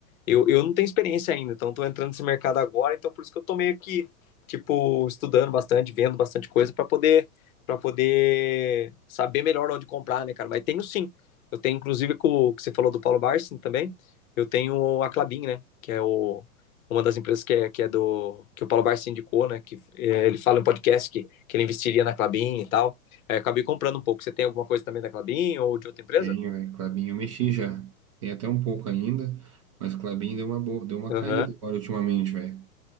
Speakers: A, on the left; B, on the right.
A: eu, eu não tenho experiência ainda, então estou entrando nesse mercado agora, então por isso que eu tô meio que, tipo, estudando bastante, vendo bastante coisa para poder, para poder saber melhor onde comprar, né, cara? Mas tenho sim. Eu tenho, inclusive, com o que você falou do Paulo Barsi também, eu tenho a Klabin, né, que é o, uma das empresas que é, que é do que o Paulo Barsi indicou, né? Que é, ele fala em podcast que, que ele investiria na Clabin e tal. Aí acabei comprando um pouco. Você tem alguma coisa também da Clabin ou de outra empresa?
B: Tenho, velho. Klabin eu mexi já. Tem até um pouco ainda, mas Klabin deu uma boa, deu uma
A: Aham.
B: caída agora ultimamente, velho.